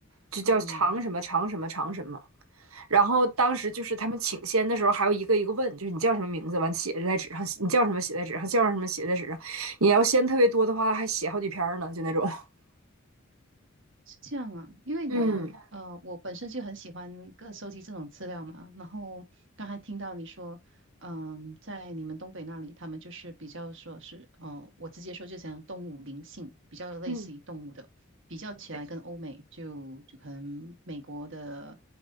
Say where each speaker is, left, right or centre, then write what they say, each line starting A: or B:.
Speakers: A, on the right (about 90°); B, on the right (about 65°).
A: 就叫常什么常什么常什么。
B: 嗯，
A: 然后当时就是他们请仙的时候，还要一个一个问，就是你叫什么名字，完写在纸上，你叫什么写在纸上，叫什么写在纸上。你要仙特别多的话，还写好几篇儿呢，就那种。<laughs>
B: 是这样啊，因为你看，
A: 嗯
B: 呃，我本身就很喜欢各收集这种资料嘛，然后刚才听到你说。嗯，在你们东北那里，他们就是比较说是，嗯、我直接说就讲动物灵性，比较类似于动物的，
A: 嗯
B: 比较起来跟欧美就就可能美国的。
A: 对，